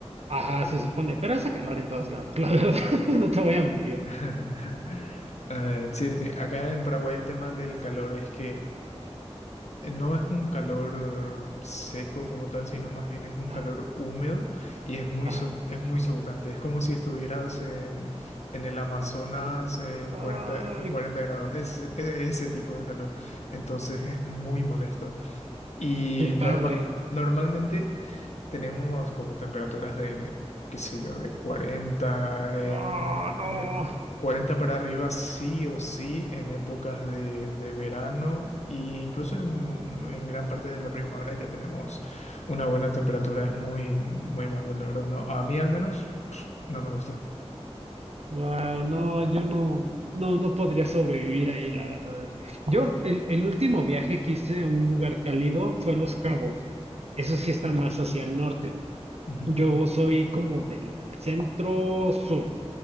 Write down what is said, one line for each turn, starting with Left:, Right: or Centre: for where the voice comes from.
Right: Ajá, se supone, pero hace calor en todos lados, la verdad, <laughs> no te voy a mentir.
Left: <laughs> Eh, sí, sí, acá en Paraguay el tema del calor es que Eh, No es un calor eh, seco como tal, sino más bien es un
Right: Ajá,
Left: calor húmedo y es muy,
Right: ajá.
Left: so- es muy sofocante. Es como si estuvieras en, en el Amazonas en
Right: Ay,
Left: cuarenta en 40 grados. Es, es- ese tipo de calor. Entonces es muy molesto. Y
Right: qué padre.
Left: norma- normalmente tenemos como temperaturas de, qué sé yo, de 40 en,
Right: Oh, no.
Left: en e- 40 para arriba sí o sí en épocas de, de verano e incluso en, en gran parte de la primavera ya tenemos una buena temperatura. Es muy, muy malo, la verdad. No, a mí al menos pf, no me gusta.
Right: Wow, no, yo no, no, no podría sobrevivir ahí, la verdad. Yo, el, el último viaje que hice a un lugar cálido fue Los Cabos. Eso sí está más hacia el norte.
Left: Ujú,
Right: Yo soy como del centro sur,